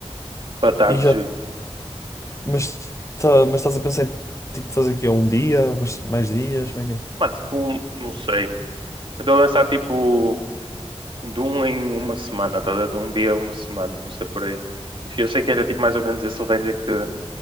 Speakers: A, on the right (about 50°); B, on the left (about 25°).
A: Para tarde
B: E já.
A: de junho.
B: Mas, tá, mas estás a pensar em tipo, fazer aqui um dia, mas- mais dias, como é que é?
A: Pá, tipo, não sei. Eu dou a lançar tipo de um em uma semana, tá? a ver? De um dia a uma semana, não sei por aí. Eu sei que era tipo mais ou menos esse o range em que a